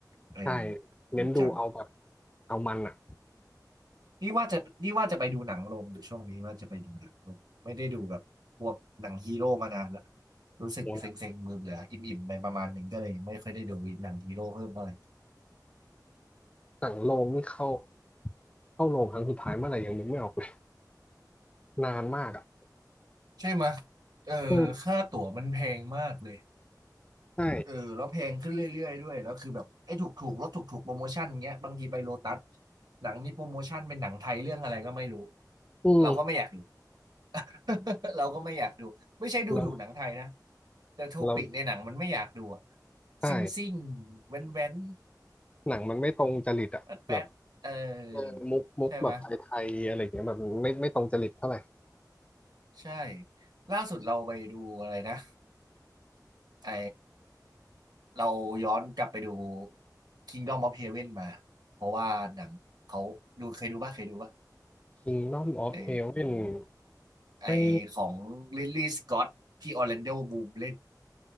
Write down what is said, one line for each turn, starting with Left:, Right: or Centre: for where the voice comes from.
Right: เออ
Left: ใช่เน้นดูเอาแบบ
Right: ดีจัง
Left: เอามันอ่ะ
Right: นี่ว่าจะนี่ว่าจะไปดูหนังลงอูช่วงนี้ว่าจะไปดูหนังลงไม่ได้ดูแบบพวกหนังฮีโร่มานานละรู้สึกเซ็งๆมือเบื่ออิ่มๆไปประมาณหนึ่งก็เลยยังไม่ค่อยได้ดูหนังฮีโร่เพิ่มเท่าไหร่
Left: โอ้หนังสั่งโรงนี่เข้าเข้าโรงครั้งสุดท้ายเมื่อไหร่ยังนึกไม่ออกเลยนานมากอ่ะ
Right: ใช่ไหมยเออค่าตั๋วมันแพงมากเลย
Left: อืมใช่
Right: เออแล้วแพงขึ้นเรื่อยๆด้วยแล้วคือแบบไอ้ถูกถูกลดถูกถูกโปรโมชั่นเงี้ยบางทีไปโลตัสหนังนี้โปรโมชั่นเป็นหนังไทยเรื่องอะไรก็ไม่รู้
Left: อืม
Right: เราก็ไม่อยากดู <laughs> เราก็ไม่อยากดูไม่ใช่ดูถูกหนังไทยนะ
Left: แล้ว
Right: แต่โทปิกในหนังมันไม่อยากดูอะ
Left: แล้วใช่
Right: ซิ่งซิ่งแว้นแว้น
Left: หนังมันไม่ตรงจริตอ่ะแบบ
Right: แป๊ดแป๊ดเออใช่ไหมย
Left: เออมุกมุกแบบไทยๆอะไรอย่างเงี้ยแบบไม่ไม่ตรงจริตเท่าไหร่
Right: ใช่ล่าสุดเราไปดูอะไรนะ ไอเราย้อนกลับไปดู Kingdom of Heaven มาเพราะว่าหนังเขาดูเคยดูป่ะเคยดูป่ะ
Left: Kingdom of
Right: ไอ
Left: Heaven
Right: ไอของลิลลี่สกอตที่ออร์แลนโดบ
Left: ไม่
Right: o ูมเล่น